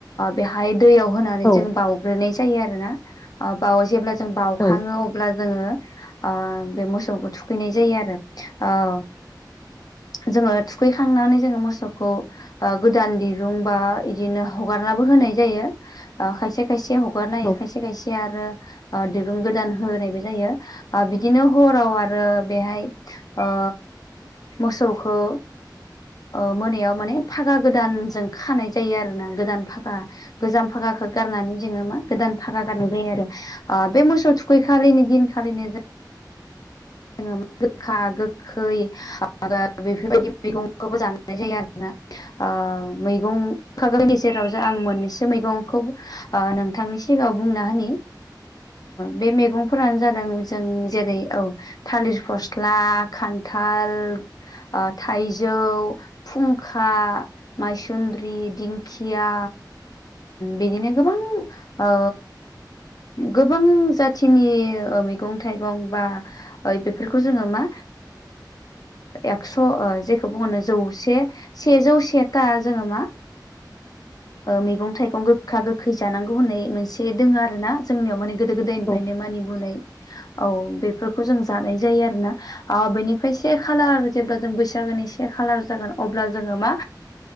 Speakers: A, on the left; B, on the left.
A: बेहाय दैयाव होनानै
B: औ
A: जों बाउग्रोनाय जायो आरो ना बाव जेब्ला जों बावउखाङो
B: औ
A: अब्ला जोंङो बे मोसौखौ थुखैनाय जायो आरो ओ जोंङो थुखैखांनानै जोंङो मोसौखौ गोदान दिरुं बा बिदिनो हगारनाबो होनाय जायो। खायसे खायसे हगारनायो
B: औ
A: खायसे खायसे आरो दिरुं गोदान होनायबो जायो बिदिनो हराव आरो बेहाय ओ मोसौखौ ओ मोनायाव माने फागा गोदानजों खानाय जायो आरो ना गोदान फागा गोजाम भागाखौ गारनानै जोङो मा गोदान भागा गानहोनाय जायो आरो बे मोसौ थुखै खालिनि दिनखालिनो जोङो गोखा गोखै खै बेफोरबायदि मैगंखौबो जानायनाय जायो आरोना ओ मैगं खागनि गेजेराव ज आं मोननैसो मैगंखौ नोंथांनि सिगाङाव बुंना होनि बे मैगं फोरानो जादों जों जेरै औ थालिरि फस्ला खान्थाल ओ थाइजौ फुंखा माइसुन्द्रि दिंखिया बिदिनो गोबां ओ गोबां जाथिनि मैगं ओ थाइगं बा बेफोरखौ जोङो मा एक्स' जेखौ बुङोनो जौसे सेजौ सेथा जोंङो मा मैगं थाइगं गोखा गोखै जानांगौ होननाय मोनसे दोङो आरो ना जोंनियाव माने गोदो गोदायनिफ्रायनो
B: औ
A: मानिबोनाय औ बेफोरखौ जों जानाय जायो आरोना ओ बेनिफ्राय से खालार जेब्ला जों बैसागोनि से खालार जागोन अब्ला जोंङो मा